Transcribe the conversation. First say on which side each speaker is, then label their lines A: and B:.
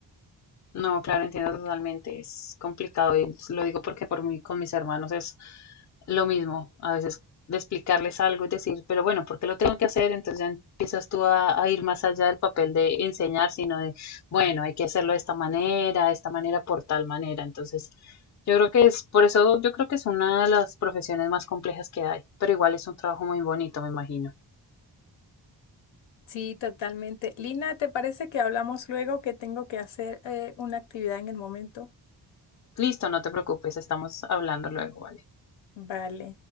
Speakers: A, on the left; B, on the left.
A: No, claro, entiendo totalmente. Es complicado y lo digo porque por mí con mis hermanos es lo mismo. A veces de explicarles algo y decir, pero bueno, ¿por qué lo tengo que hacer? Entonces ya empiezas tú a, a ir más allá del papel de enseñar, sino de, bueno, hay que hacerlo de esta manera, de esta manera, por tal manera. Entonces, yo creo que es, por eso yo creo que es una de las profesiones más complejas que hay, pero igual es un trabajo muy bonito, me imagino.
B: Sí, totalmente. Lina, ¿te parece que hablamos luego que tengo que hacer eh, una actividad en el momento?
A: Listo, no te preocupes, estamos hablando luego, ¿vale?
B: Vale.